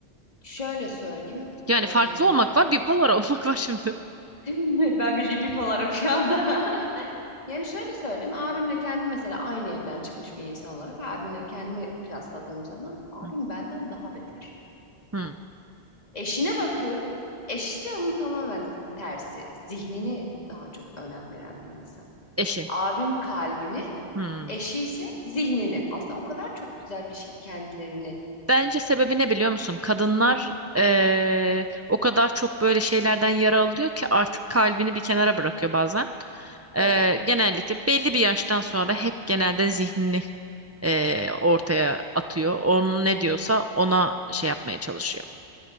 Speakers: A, on the left (about 40°); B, on the right (about 25°).
A: Şöyle söyleyeyim.
B: yani
A: eee,
B: farklı olmak var, bipolar <laughs> olmak var şimdi.
A: <laughs> ben bildiğim bir olarım şu anda. <laughs> Yani şöyle söyleyeyim. Abimle kendim mesela aynı evden çıkmış bir insan olarak abimle kendimi kıyasladığım zaman abim
B: Hı hı.
A: benden daha beter.
B: Hı.
A: Eşine bakıyorum. Eşi de onun tamamen tersi. Zihnini daha çok önem veren bir insan.
B: Eşi.
A: Abim kalbini,
B: Hı.
A: eşi ise zihnini. Aslında o kadar çok güzel bir şey kendilerini
B: Bence sebebi ne biliyor musun? Kadınlar
A: ne
B: eee, o kadar çok böyle şeylerden yara alıyor ki artık kalbini bir kenara bırakıyor bazen. Eee,
A: tabii
B: genellikle belli bir yaştan sonra hep genelde zihnini eee, ortaya atıyor. Onun ne diyorsa ona şey yapmaya çalışıyor.